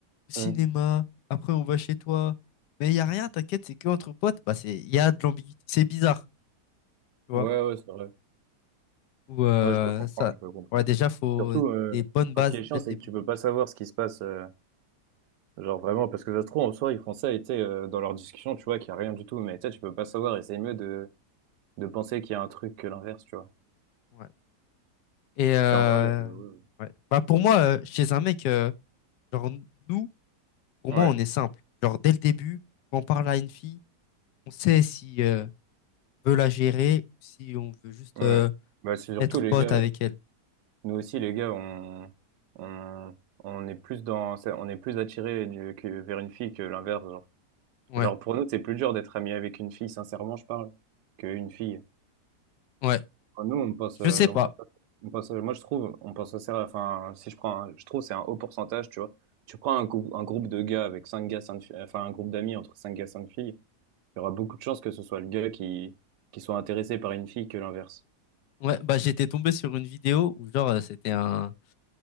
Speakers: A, on the left; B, on the right.
A: au cinéma,
B: Hum.
A: après on va chez toi, mais il y a rien, t'inquiète, c'est que entre potes, bah c'est il y a de l'ambiguïté, c'est bizarre, tu
B: Ouais,
A: vois.
B: ouais, c'est vrai.
A: Ou euh,
B: Ouais, je peux comprendre,
A: ça,
B: je peux comprendre.
A: ouais, déjà faut
B: Surtout, euh,
A: des bonnes bases
B: ce qui est chiant,
A: dès le
B: c'est
A: début.
B: que tu peux pas savoir ce qui se passe, euh, genre vraiment, parce que ça se trouve, en soi, ils font ça, et tu sais, euh, dans leur discussion, tu vois qu'il y a rien du tout, mais tu sais, tu peux pas savoir, et c'est mieux de, de penser qu'il y a un truc que l'inverse, tu vois.
A: Ouais. Et euh,
B: Parce qu'en vrai, euh,
A: ouais. Bah pour moi, euh, chez un mec, euh, genre nous, pour
B: ouais,
A: moi, on est simple. Genre dès le début, quand on parle à une fille, on sait si euh, veut la gérer ou si on veut juste
B: ouais,
A: euh,
B: ouais. Bah, c'est surtout
A: être
B: les
A: pote
B: gars,
A: avec elle.
B: Nous aussi, les gars, on, on, on est plus dans, ça- on est plus attiré du- que vers une fille que l'inverse. Genre.
A: Ouais,
B: Genre, pour nous, c'est plus dur d'être ami avec une fille, sincèrement, je parle, qu'une fille.
A: ouais.
B: Enfin, nous, on pense, euh,
A: Je sais pas.
B: on pense, on pense- moi, je trouve, on pense sincère, enfin, si je prends, un- je trouve, c'est un haut pourcentage, tu vois. Tu prends un, groupe- un groupe de gars avec cinq gars, cinq filles, enfin, un groupe d'amis entre cinq gars, cinq filles, il y aura beaucoup de chances que ce soit le gars qui, qui soit intéressé par une fille que l'inverse.
A: Ouais, bah j'étais tombé sur une vidéo où genre euh, c'était un,